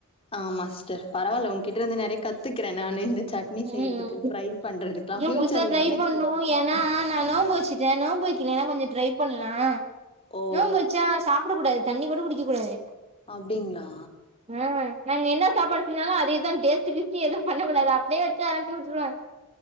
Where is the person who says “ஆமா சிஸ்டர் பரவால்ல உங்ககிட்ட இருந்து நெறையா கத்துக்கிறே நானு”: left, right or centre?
Left